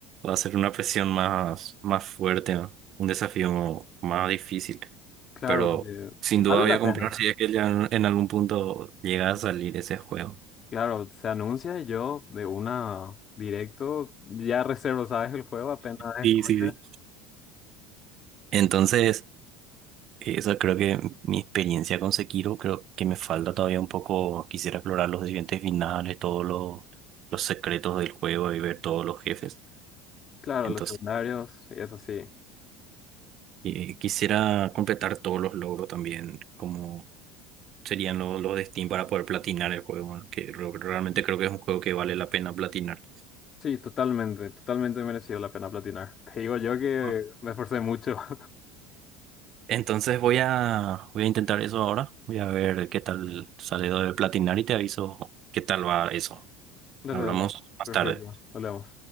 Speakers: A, on the right (about 50°); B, on the left (about 40°).
A: va a ser una presión más, más fuerte, ¿no? Un desafío más difícil.
B: Claro,
A: Pero
B: porque
A: sin
B: Vale
A: duda voy
B: la
A: a comprar
B: pena.
A: si es que ya en en algún punto llega a salir ese juego.
B: Claro, se anuncia y yo de una directo, ya reservo, ¿sabes? El juego apenas escuche.
A: Sí, sí, sí. Entonces, eso creo que mi experiencia con Sekiro, creo que me falta todavía un poco. Quisiera explorar los siguientes finales, todos los, los secretos del juego y ver todos los jefes.
B: Claro,
A: Entonces,
B: los secundarios y eso sí.
A: eh, quisiera completar todos los logros también, como serían lo- los de Steam para poder platinar el juego, ¿no? que re- realmente creo que es un juego que vale la pena platinar.
B: Sí, totalmente, totalmente merecido la pena platinar. Te digo yo que
A: Ah,
B: me esforcé mucho. <laughs>
A: Entonces voy a, voy a intentar eso ahora, voy a ver qué tal sale lo de platinar y te aviso qué tal va eso.
B: Dale,
A: Hablamos
B: dale.
A: más
B: Perfecto,
A: tarde.
B: hablemos.